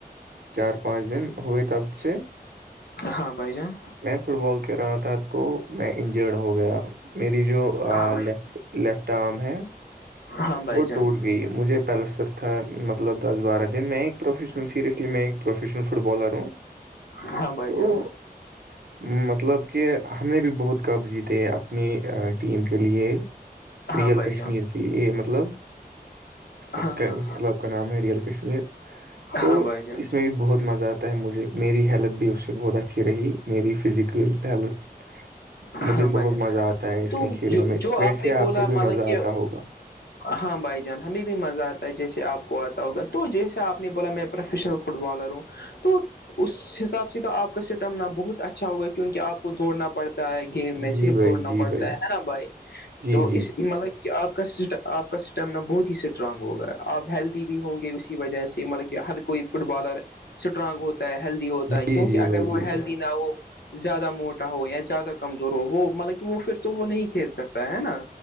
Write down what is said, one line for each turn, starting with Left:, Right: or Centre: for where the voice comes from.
Right: چار پانچ دن ہوئے تب سے
Left: ہاں بھائی جان
Right: میں فٹ بال کہ رہا تھا تو میں انجرڈ ہو گیا میری جو
Left: ہاں بھائی
Right: لیفٹ لیفٹ آرم ہے
Left: ہاں بھائی
Right: وہ
Left: جان
Right: ٹوٹ گئی مجھے پلسر تھا مطلب دس بارہ دن میں ایک پروفیشنل سیریسلی میں ایک پروفیشنل فٹ بالر ہوں
Left: ہاں بھائی
Right: تو
Left: جو
Right: مطلب کہ ہم نے بھی بہت کب جیتے اپنی ٹیم کے لیے
Left: ہاں
Right: ریئل
Left: بھائی
Right: کشمیر
Left: جان
Right: کے لیے مطلب اس
Left: ہاں
Right: کا
Left: ہاں
Right: اس کلب کا نام ہے ریئل کشمیر تو
Left: ہاں بھائی جان
Right: اس میں بھی بہت مزہ آتا ہے مجھے میری ہیلتھ بھی اس سے بہت اچھی رہی میری فزیکل ہیلتھ مجھے
Left: ہاں بھائی
Right: بہت
Left: جان
Right: مزہ آتا ہے اس
Left: تو
Right: میں کھیلنے
Left: جو
Right: میں
Left: جو
Right: ویسے
Left: نے
Right: آپ
Left: بولا
Right: کو بھی
Left: مطلب
Right: مزہ
Left: کہ
Right: آتا ہوگا
Left: ہاں بھائی جان ہمیں بھی مزہ آتا ہے جیسے آپ کو آتا ہوگا تو جیسے آپ نے بولا میں پروفیشنل فٹ بالر ہوں تو اس حساب سے تو آپ کا سٹم نہ بہت اچھا ہوگا کیونک آپ کو دوڑنا پڑتا ہے گیم میں
Right: جی
Left: صرف
Right: بھائی
Left: دوڑنا
Right: جی
Left: پڑتا
Right: بھائی
Left: ہے ہے نا بھائی
Right: جی
Left: تو
Right: جی
Left: اس مطلب کہ آپ کا آپ کا اسٹمنا بہت ہی اسٹرانگ ہوگا آپ ہیلدی بھی ہوں گے اسی وجہ سے مطلب کہ ہر کوئی فٹ بالر اسٹرانگ ہوتا ہے ہیلت ہوتا ہے کیونک
Right: جی جی
Left: اگر
Right: بھائی جی
Left: وہ ہیلدی نہ ہو زیادہ موٹا ہو یا زیادہ کمزور ہو وہ مطلب وہ پھر تو وہ نہیں کھیل سکتا ہے نا